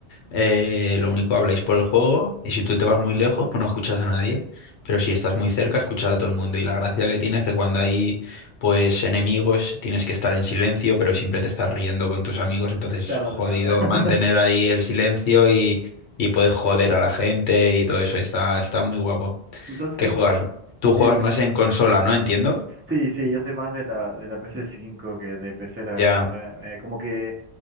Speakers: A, on the left; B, on the right.
A: eh, lo único habláis por el juego y si tú te vas muy lejos, pues no escuchas a nadie. Pero si estás muy cerca, escuchas a todo el mundo. Y la gracia que tiene es que cuando hay pues enemigos, tienes que estar en silencio, pero siempre te estás riendo con tus amigos. Entonces,
B: claro,
A: jodido
B: claro. <laughs>
A: mantener ahí el silencio y, y puedes joder a la gente y todo eso. Está, está muy guapo.
B: Entonces,
A: ¿Qué juegas? Tú juegas
B: el...
A: más en consola, ¿no? Entiendo.
B: Sí, sí, yo soy más de la, de la PS5 que de PC, la verdad.
A: Ya,
B: Me, me- como que,